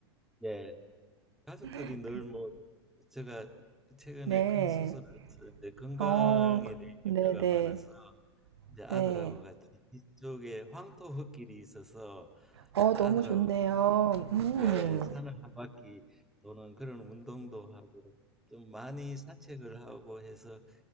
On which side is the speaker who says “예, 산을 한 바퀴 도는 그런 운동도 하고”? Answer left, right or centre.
Centre